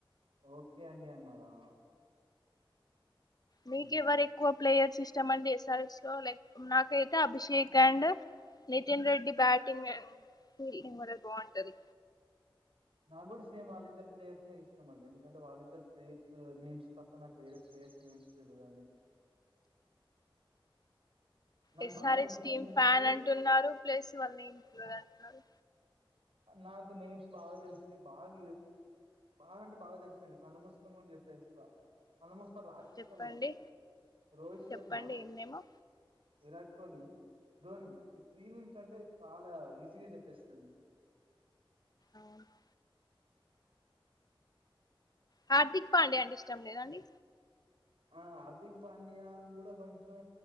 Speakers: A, on the right (about 85°); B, on the left (about 45°).
A: ఓకే అండి అన్నారా
B: మీకు
A: హ్మ్.
B: ఎవరు ఎక్కువ ప్లేయర్ ఇష్టం అండి ఎస్ఆర్ఎస్ లో లైక్ నాకైతే Abhishek and Nitin Reddy batting and fielding కూడా బాగుంటది
A: నాకు కూడా సేమ్ వాళ్ళిద్ద ప్లేయర్స్ ఇష్టం అండి ఎందుకంటే వాళ్ళిద్దరు ప్లేయర్స్ నేమ్స్ తప్ప నాకు వేరే ప్లేయర్స్ నేమ్స్ తెలవదండి నాకు
B: ఎస్
A: బాగా
B: ఆర్ హెచ్
A: తెలిసిన
B: టీమ్
A: నేమ్స్
B: ఫ్యాన్ అంటున్నారు ప్లస్ వల అంటున్నారు
A: నాకు నేమ్స్ బాగా తెలిసినాయి బాగా బాగా అంటే బాగా తెలుసండి కళ్ళు మూసుకొని చెప్పేస్తా అల్మోస్ట్ రాసిస్త
B: చెప్పండి
A: కూడా రోహిత్ శర్మ
B: చెప్పండి ఏం నేమో
A: విరాట్ కోహ్లీ ధోని ఈ త్రీ నేమ్స్ అంటే చాలా ఈజీగా చెప్పేస అండీ
B: అవునా హార్దిక్ పాండే అండి ఇష్టం లేదండి
A: ఆ హార్దిక్ పాండ్యా కూడా కొంచెం